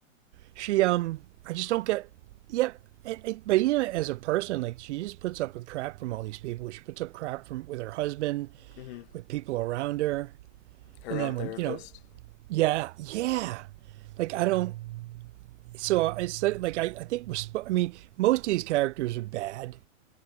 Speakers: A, on the right; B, on the left.
A: she um, I just don't get. Yep, yeah, and, and- but even as a person, like she just puts up with crap from all these people. She puts up crap from with her husband,
B: mm-hmm.
A: with people around her,
B: her
A: and
B: own
A: then
B: therapist.
A: when you know, yeah, yeah. Like I don't. So it's like like, I, I think we're. I mean, most of these characters are bad